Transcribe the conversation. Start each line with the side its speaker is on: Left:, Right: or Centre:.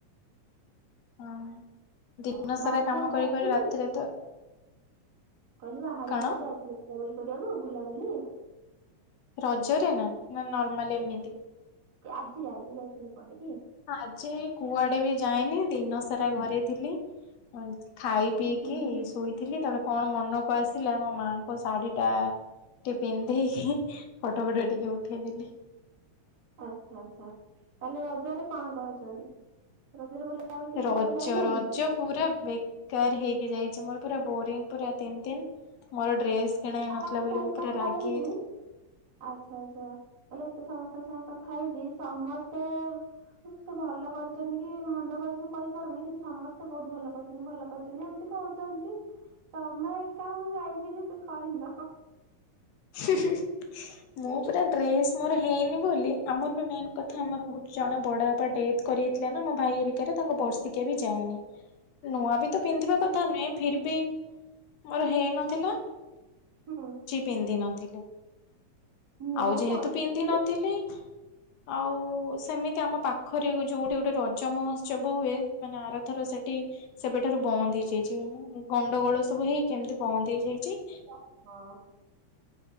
Left: ହଁ ଦିନ
Right: ଆଉ
Left: ସାରା
Right: ବାହାରକୁୁଆଡ଼େ
Left: କାମ କରି
Right: ଯାଇଥିଲେ
Left: କରି ରାତିରେ
Right: କି?
Left: ତ
Right: କହିଲେ ବାହାରକୁ
Left: କଣ
Right: କୁଆଡ଼େ ଯାଇଥିଲେ ବୁଲାବୁଲି କରିବାକୁ ବୁଲାବୁଲି
Left: ରଜରେ ନା ନା ନର୍ମାଲ ଏମିତି?
Right: ଆଜି ଆଜି ଯାଇଥିଲେ କୁଆଡେ କି?
Left: ଆଜି କୁଆଡେ ବି ଯାଇଏନି ଦିନ ସାରା ଘରେ ଥିଲି। ଖାଇ ପିଇକି
Right: ହୁଁ
Left: ଶୋଇଥିଲି ତାପ କଣ ମନକୁ ଆସିଲା ମୋ ମାଙ୍କ ଶାଢୀ ଟା ଟିକେ ପିନ୍ଧେଇିକି ଫଟୋ ଫଟ ଟିକେ ଉଠେଇଦେଲି।
Right: ଆଚ୍ଛା ଆଚ୍ଛା ତାହଲେ ରଜରେ କଣ କରଛନ୍ତି ରଜରେ ବ ତା କିଛି
Left: ରଜ
Right: କୁଆଡେ ଯାଇନାହାନ୍ତି
Left: ରଜ
Right: କି?
Left: ପୁରା ବେକାର ହେଇକି ଯାଇଛି ମୋର ପୁରା ବୋରିଙ୍ଗ ପୁରା ତିନ ଦିନ ମୋର ଡ୍ରେସ୍ କିଣା ହେଇ
Right: ତମର
Left: ନଥିଲା ବୋଲି
Right: ସାଙ୍ଗେ
Left: ମୁଁ ପୁରା
Right: କଥା
Left: ରାଗି
Right: ହେଇଛି
Left: ଯାଇଥିଲି
Right: ଆଚ୍ଛା ଆଚ୍ଛା କହିଲଲେ ଏତେ ସମସ୍ତଙ୍କ ସାଙ୍ଗେ କଥା ହେଇଛି ସମସ୍ତେ ସେ ଭଲ କରିଛନ୍ତି କି ମନ୍ଦ କରିଛନ୍ତି କହିପାରୁନି କିନ୍ତୁ ସମସ୍ତେ ବହୁତ ଭଲ କରିଛନ୍ତି ଭଲ କରି କି ଏମିତି କହୁଛନ୍ତି
Left: ହଁ
Right: ତମେ ଏକା ମୁଁ ଜାନି ଯେ ସେ କରିନ
Left: <unintelligible> ମୁଁ ପୁରା ଡ୍ରେସ ମୋର ହେଇନି ବୋଲି ଆମର ବି ମେନ୍ କଥା ଆମର ଗେ ଜଣେ ବଡ ବାବା ଡେଥ କରିଇଥିଲା ନା ଆମ ଭାଇ ଏରିକାରେ ତାଙ୍କ ବର୍ସିକିଆ ବି ଯାଏନି ନୂଆ ବି ତ ପିନ୍ଧିବା କଥା ନୁହେଁ ଫିର ବି ମୋର ହେଇ ନଥିଲା
Right: ହୁଁ।
Left: ପିନ୍ଧ ନଥିଲେ
Right: ନୂଆ
Left: ଆଉ ଯେହେତୁ
Right: କରିକି
Left: ପିନ୍ଧି
Right: ହଁ।
Left: ନଥିଲି ଆଉ ସେମିତି ଆମ ପାଖରେ ଯୋଉଠି ଗୋଟେ ରଜ ମହୋତ୍ସବ ହୁଏ ମାନେ ଆର ଥର ସେଠି ସେବେଠାରୁ ବନ୍ଦ ହେଇଯାଇଛି ଗଣ୍ଡଗୋଳ ସବୁ ହେଇ କେମିତି ବନ୍ଦ ହେଇଯାଇଛି
Right: ଓ ହ।